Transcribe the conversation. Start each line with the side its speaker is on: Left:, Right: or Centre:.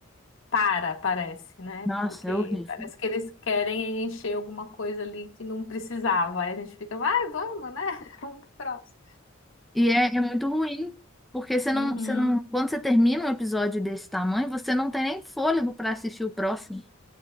Left: para, parece, né?
Centre: Nossa,
Left: Porque
Centre: é horrível.
Left: parece que eles querem encher alguma coisa ali que não precisava. Aí a gente fica, vai, vamos, né? <laughs> Vamos pro próximo.
Centre: E é, é muito ruim, porque você
Left: Uhum.
Centre: não, você não, quando você termina um episódio desse tamanho, você não tem nem fôlego pra assistir o próximo.